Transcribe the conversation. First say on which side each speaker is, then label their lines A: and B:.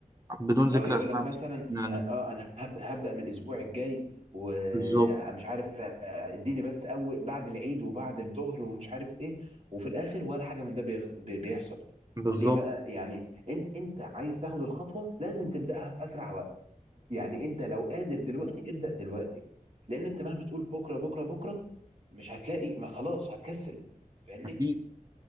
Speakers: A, on the right; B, on the right.
A: بدون ذكر
B: اه يقول
A: أسماء
B: لك مثلا
A: مثلا.
B: اه آه، انا هبدا هبدا من الاسبوع الجاي ومش
A: بالظبط
B: عارف آه، اديني بس اول بعد العيد وبعد الظهر ومش عارف ايه وفي الاخر ولا حاجه من ده بيخ- بي- بيحصل
A: بالظبط
B: ليه بقى يعني انت انت عايز تاخد الخطوه لازم تبداها في اسرع وقت يعني انت لو قادر دلوقتي ابدا دلوقتي لان انت مهما تقول بكره بكره بكره مش هتلاقي ما خلاص هتكسل فاهمني
A: أكيد